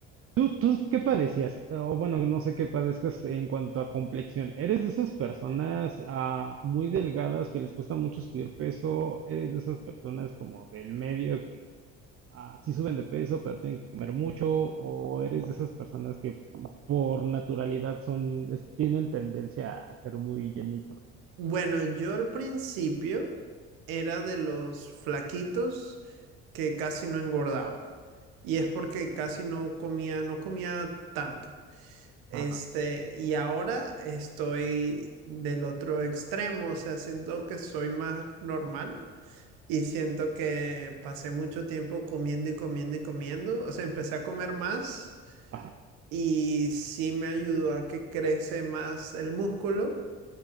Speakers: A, on the right; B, on the right.
A: ¿Tú, tú qué padecías? Eh, O bueno, no sé qué padezcas en cuanto a complexión. ¿Eres de esas personas ah, muy delgadas que les cuesta mucho subir peso? ¿Eres de esas personas como del medio que ah, sí suben de peso pero tienen que comer mucho? ¿O eres de esas personas que por naturalidad son, es- tienen tendencia a ser muy llenitos?
B: Bueno, yo al principio era de los flaquitos que casi no engordaba. Y es porque casi no comía, no comía tanto. Este,
A: Ajá,
B: y ahora estoy del otro extremo, o sea, siento que soy más normal y siento que pasé mucho tiempo comiendo y comiendo y comiendo, o sea, empecé a comer más
A: ajá,
B: y sí me ayudó a que crece más el músculo,